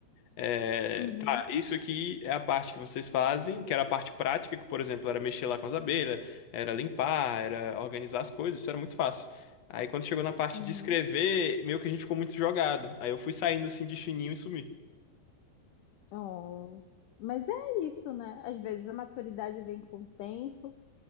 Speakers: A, on the left; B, on the left.
A: É,
B: Uhum,
A: tá, isso aqui é a parte que vocês fazem, que era a parte prática, que, por exemplo, era mexer lá com as abelhas, era limpar, era organizar as coisas, isso era muito fácil. Aí quando chegou na parte
B: uhum.
A: de escrever, meio que a gente ficou muito jogado. Aí eu fui saindo assim de chininho e sumi.
B: Oh. Mas é isso, né? Às vezes a maturidade vem com o tempo.